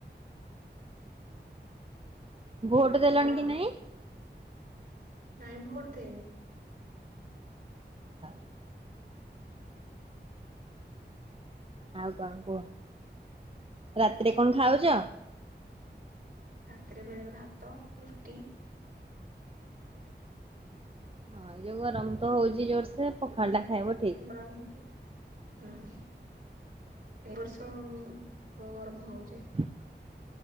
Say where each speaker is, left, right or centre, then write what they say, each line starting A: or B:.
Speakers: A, on the right; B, on the right.
A: ଭୋଟ
B: ଆଉ ତ
A: ଦେଲଣି
B: କଣ
A: କି ନାଇଁ?
B: ନାଇଁ ଭୋଟ ଦେଇନି।
A: ଅ ହ। ଆଉ କଣ କୁହ ରାତିରେ କଣ ଖାଉଛ।
B: ରାତିରେ ବେଳେ ବେଳେ ଭାତ ରୁଟି।
A: ହଁ ଏଇ ଯୋଉ ଗରମ ତ ହଉଚି ଜୋରସେ ପଖାଳ ଟା ଖାଇବ ଠିକ।
B: ଗରମ ହଉଚି ହୁଁ। ଏ ବର୍ଷ ଗରମ ହଉଚି।
A: ହୁଁ